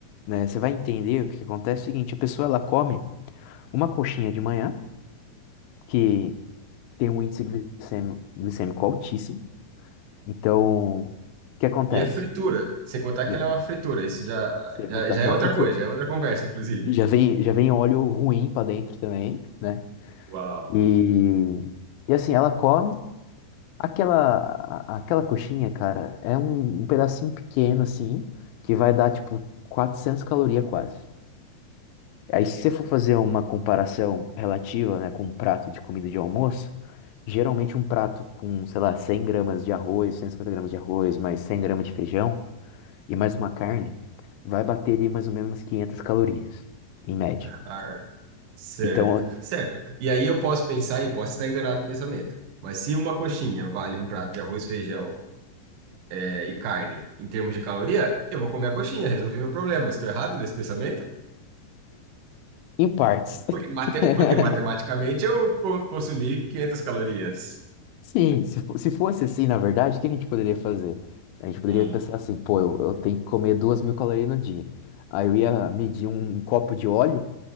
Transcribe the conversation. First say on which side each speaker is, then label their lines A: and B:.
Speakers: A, on the left (about 80°); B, on the right (about 70°).
A: né, você vai entender o que acontece é o seguinte, a pessoa ela come uma coxinha de manhã, que tem um índice glicêmico, glicêmico altíssimo. Então, o que acontece?
B: E é fritura, sem contar que
A: E
B: ela
A: é fri-
B: é uma fritura. Isso já,
A: você ia
B: já,
A: contar
B: já
A: que
B: é
A: é
B: outra
A: uma fritura.
B: coisa, já é outra conversa, inclusive.
A: Já vem, já vem óleo ruim pra dentro também, né?
B: Uau!
A: E, e assim, ela come aquela a- aquela coxinha, cara, é um, um pedacinho pequeno assim, que vai dar tipo 400 calorias quase. Aí, se você for fazer uma comparação relativa, né, com um prato de comida de almoço, geralmente um prato com, sei lá, 100 gramas de arroz, 150 gramas de arroz, mais 100 gramas de feijão e mais uma carne, vai bater ali mais ou menos umas 500 calorias, em média.
B: Ah, certo,
A: Então,
B: certo. E aí eu posso pensar e posso estar enganado no pensamento. Mas se uma coxinha vale um prato de arroz, feijão, eh, e carne em termos de caloria, eu vou comer a coxinha, resolvi meu problema. Estou errado nesse pensamento?
A: em partes.
B: Porque, mate-
A: <laughs>
B: porque matematicamente eu co- consumi 500 calorias.
A: Sim, se fo- se fosse assim, na verdade, o que a gente poderia fazer? A gente poderia
B: Hum.
A: pensar assim, pô, eu, eu tenho que comer duas mil calorias no dia. Aí eu ia medir um, copo de óleo,